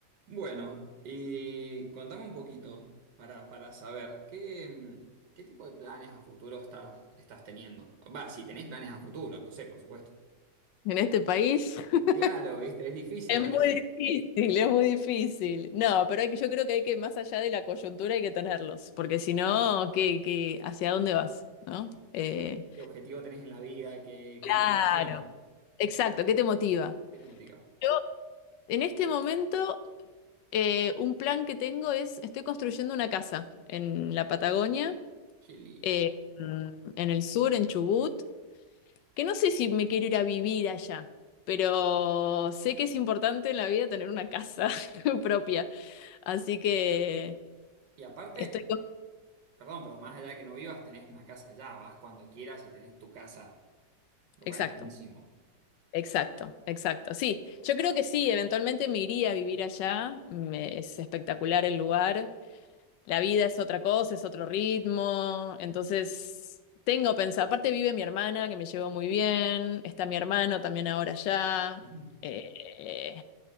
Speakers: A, on the right; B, on the left.
A: Bueno, y contame un poquito para, para saber qué, mm, qué tipo de planes a futuro estás, estás teniendo. Va, si tenés planes a futuro, no sé, por supuesto.
B: en este país. <laughs>
A: Claro, viste, es difícil
B: Es
A: a
B: muy
A: veces.
B: difícil, es muy difícil. No, pero hay que, yo creo que hay que, más allá de la coyuntura, hay que tenerlos, porque si no, ¿qué, qué- hacia dónde vas? ¿No? Eh,
A: ¿Qué objetivo tenés en la vida? ¿Qué,
B: claro,
A: qué motivación?
B: exacto, ¿qué te motiva?
A: ¿Qué te motiva?
B: Yo, en este momento, eh, un plan que tengo es, estoy construyendo una casa en la Patagonia,
A: Qué lindo.
B: eh, mm, en el sur, en Chubut, que no sé si me quiero ir a vivir allá, pero sé que es importante en la vida tener una casa <laughs> propia. Así que
A: Y aparte,
B: estoy con...
A: perdón, pero más allá de que no vivas, tenés una casa allá, vas cuando quieras y tenés tu casa, lo cual
B: Exacto,
A: es buenísimo.
B: exacto, exacto. Sí, yo creo que sí, eventualmente me iría a vivir allá. Me- es espectacular el lugar. La vida es otra cosa, es otro ritmo. Entonces, tengo pensado. Aparte vive mi hermana, que me llevo muy bien. Está mi hermano también ahora allá.
A: Ujú.
B: Eh,